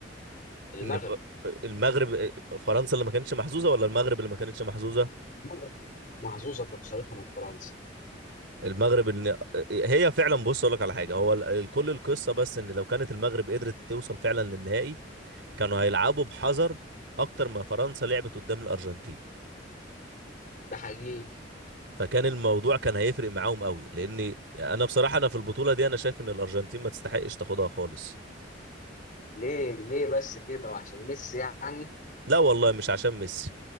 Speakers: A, on the left (about 50°); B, on the right (about 70°).
A: المغرب
B: ان ف- المغرب فرنسا اللي ما كانتش محظوظه ولا المغرب اللي ما كانتش محظوظه
A: المغرب محظوظه في خسارتها من فرنسا
B: المغرب ان هي فعلا بص اقول لك على حاجه هو ال- كل القصه بس ان لو كانت المغرب قدرت توصل فعلا للنهائي كانوا هيلعبوا بحذر اكتر ما فرنسا لعبت قدام الارجنتين
A: ده حقيقي
B: فكان الموضوع كان هيفرق معاهم قوي لان انا بصراحه انا في البطوله دي انا شايف ان الارجنتين ما تستحقش تاخدها خالص
A: ليه ليه بس كده وعشان ميسي يعني
B: لا والله مش عشان ميسي